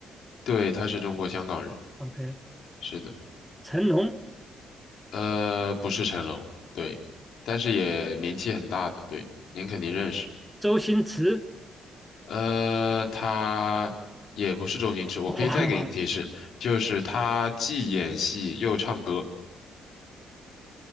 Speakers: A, on the left; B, in the centre.
A: 对，他是中国香港人，
B: ？OK，
A: 是的，
B: 成龙、
A: 呃，不是成龙，对，但是也名气很大的，对，您肯定认识。
B: 周星驰，
A: 呃，他也不是周星驰，我可以再给你提示，
B: 哇，
A: 就是他既演戏又唱歌，